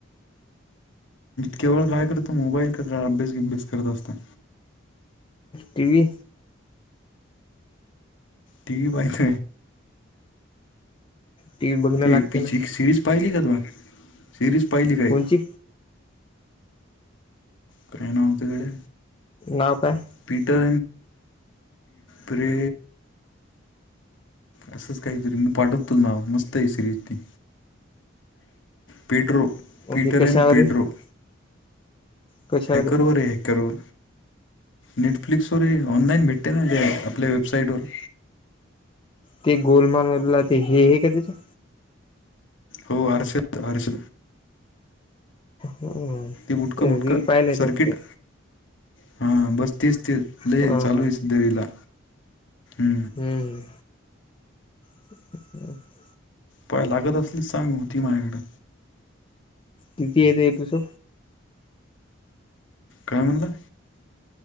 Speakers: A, on the left; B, on the left.
A: केवळ काय करत मोबाईल का अभ्यास अभ्यास करत असतात
B: टि वी
A: टी वी पाहिथ
B: टी व्ही बघणं
A: ते
B: लागते
A: प
B: ना
A: सिरीज पाहिली का तु सिरीज पाहिली काय
B: कोणची
A: काय नावतेकडे
B: नाव काय
A: पीटर प्रे असंच काहीतरी मी पाठवत ना मस्त आहे सिरीजी पिडरू
B: म्हणजे
A: पीटर
B: कशावर
A: अन पेड्रो
B: आहे कशावर
A: हेकरवरर
B: आहे
A: एे हेकरवर नेटफ्लिक्स वर हे ऑनलाईन भेटते ना ते आपल्या वेबसाईट वर
B: ते गोलमालमधला ते हे हे का त्याच्या
A: हो अरश अरश
B: ह
A: बुटकं
B: ते
A: बुटकं
B: रील पाहिले
A: सर्किट
B: तर ते
A: हां बस तस तस लले
B: हो
A: चालू
B: हो
A: आहेसधरला ह्
B: हम्म अ
A: पय लागत असलीच चांग होती माझ्याकडं
B: कती आहेेत एपसो
A: काय म्हणलं